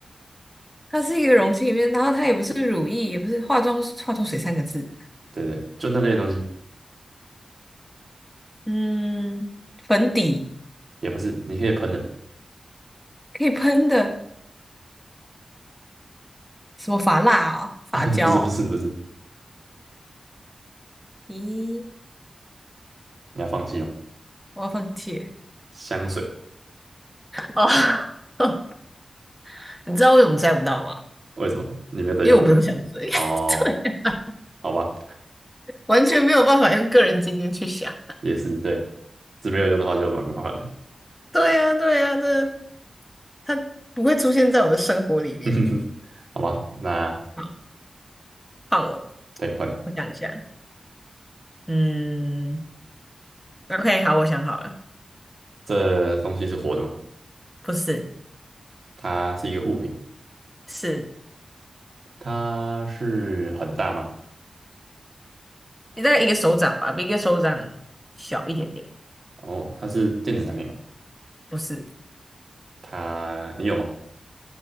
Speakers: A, in the centre; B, on the right (about 60°).
A: 它是一个容器里面，然后它也不是乳液，也不是化妆化妆水三个字，
B: 对不对，就那类的东西，
A: 嗯，粉底
B: 也不是，你可以喷的，
A: 可以喷的，什么发蜡啊、发胶哦，
B: <laughs> 不是不是不是，
A: 咦，
B: 你要放弃吗？
A: 我要放弃
B: 香水
A: 了哦，<laughs> 你知道为什么猜不到吗？
B: 为什么你没有在用？
A: 因为我不用想追，
B: 哦，
A: <laughs> 对啊，
B: 好吧，
A: 完全没有办法用个人经验去想。
B: 也是对，是没有用的话就蛮麻烦的，
A: 对呀，对呀，这它不会出现在我的生活里面。
B: <laughs> 好吧，那
A: 好，换我，
B: 对换你，
A: 我想一下，嗯，OK，好，我想好了，
B: 这东西是活的吗？
A: 不是，
B: 它是一个物品，
A: 是。
B: 它是很大吗？
A: 你大概一个手掌吧，比一个手掌小一点点。
B: 哦，它是电子产品吗？
A: 不是，
B: 它你有吗？